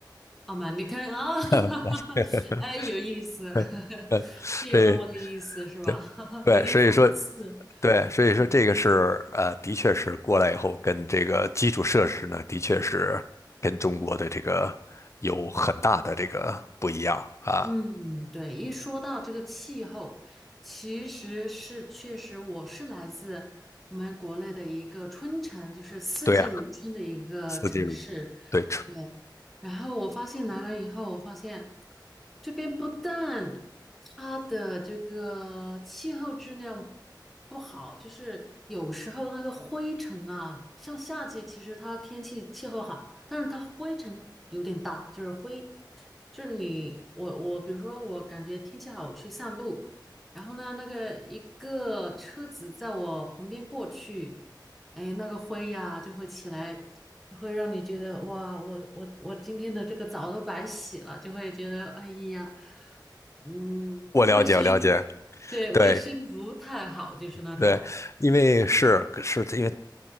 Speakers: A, in the centre; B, on the left.
A: 好嘛，你看啊，<laughs>
B: <laughs>
A: 哎，有意思，
B: <laughs>
A: <laughs>
B: 呃，
A: 是有那么个意思是吧？
B: 所以对对，
A: <laughs> 有点讽刺，
B: 所以说对，所以说这个是呃，
A: 嗯。
B: 的确是过来以后跟这个基础设施呢，的确是跟中国的这个有很大的这个不一样啊。
A: 嗯，对，一说到这个气候，其实是确实我是来自我们国内的一个春城，就是四季如春的一个城市。
B: 对呀，四季对，
A: 对，然后我发现来了以后，我发现这边不但它的这个气候质量不好，就是有时候那个灰尘啊，像夏季其实它天气气候好。但是它灰尘有点大，就是灰，就是你我我，比如说我感觉天气好，我去散步，然后呢，那个一个车子在我旁边过去，哎，那个灰呀、就会起来，就会让你觉得哇，我我我今天的这个澡都白洗了，就会觉得哎呀，嗯，
B: 我了解，
A: 卫生，
B: 我了解，
A: 对，卫生不太好，
B: 对
A: 就是那种，
B: 对，因为是是因为。